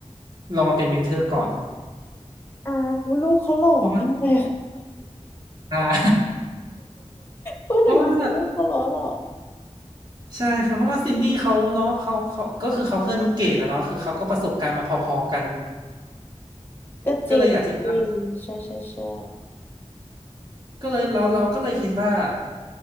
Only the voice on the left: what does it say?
อ่าว่าลูกเขาหล่อมากเลย
<laughs>
พูดถึงไอ้ลูกเขาหล่อหรอ
ก็จริงจริงใช่ใช่ใช่